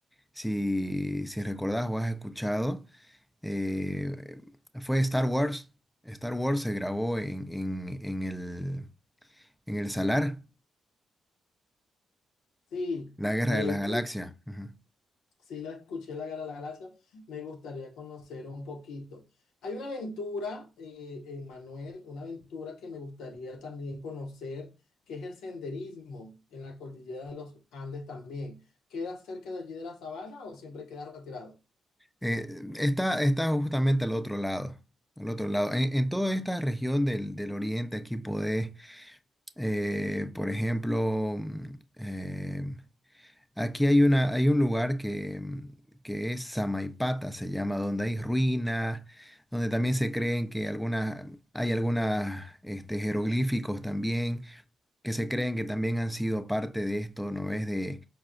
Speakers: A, in the centre; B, on the left.
A: si, si recordás o has escuchado, eh, fue Star Wars. Star Wars se grabó en, en, en el, en el Salar,
B: Sí,
A: la Guerra
B: de
A: de las
B: hecho,
A: Galaxias. Ujú.
B: Sí, la escuché, La Guerra de la Galaxia. Me gustaría conocer un poquito. Hay una aventura, eh, en Manuel, una aventura que me gustaría también conocer, que es el senderismo en la cordillera de los Andes también. ¿Queda cerca de allí de la sabana o siempre queda retirado?
A: Eh, está, está justamente al otro lado, al otro lado. En, en toda esta región del, del oriente aquí podés, eh, por ejemplo, mm, eh, aquí hay una, hay un lugar que, mm, que es Samaipata, se llama, donde hay ruinas, donde también se creen que algunas, hay algunas, este, jeroglíficos también que se creen que también han sido parte de esto, ¿no ves? De,